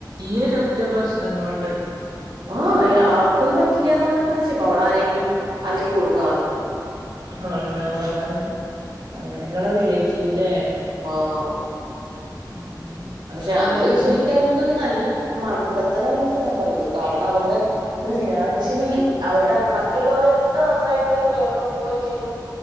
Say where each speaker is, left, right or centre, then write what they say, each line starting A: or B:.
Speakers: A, on the right; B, on the right.
A: ഈ ഒരു ഒറ്റപ്രശ്നം കൊണ്ട്
B: ആഹ് അയാ ആൾക്കത് പറ്റില്യാന്ന് പറഞ്ഞപ്പന്ന്വച്ചേ പ്പോ അവിടാരെങ്കിലും അലക്കി കൊടുക്
A: ആളുണ്ടാവും അതാണ് അങ്ങനെ നിങ്ങളെ റിലേറ്റീവ് ല്ലേ
B: ആഹ്
A: ഉം അതൊക്കെ
B: പക്ഷെ അത്
A: ആലോയിക്കുമ്പോ
B: ശരിക്ക് അവര്ക്കൊരു നല്ല മണ്ടത്തരായിന്നേ ഞാൻ പറയുള്ളൂ കാരണം അവരുടെ ഒരു ഫിനാൻഷ്യലി അവരുടെ മറ്റുള്ളവരൊക്കെ നന്നായിട്ട് ഉയർന്നു പോവേം ചെയ്തു